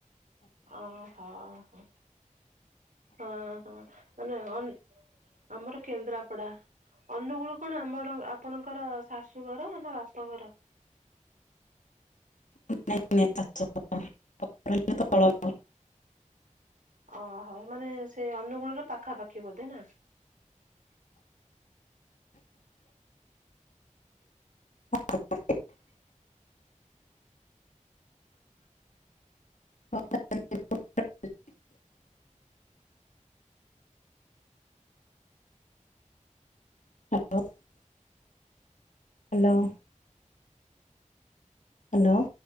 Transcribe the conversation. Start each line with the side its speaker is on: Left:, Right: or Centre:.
Right: ଅ ହୋ ହଁ ହଁ ମାନେ ଅନ୍ ଆମର କେନ୍ଦ୍ରାପଡା। ଅନୁଗୁଳୁ କଣ ଆମର ଆପଣଙ୍କର ଶାଶୁ ଘର ନା ବାପା ଘର?
Left: <unintelligible>
Right: ଓହୋ ମାନେ ସେ ଅନୁଗୁଳର ପାଖାପାଖି ବୋଧେ ନା?
Left: <inaudible> <unintelligible> <unintelligible> Hello hello. ହ୍ୟାଲୋ।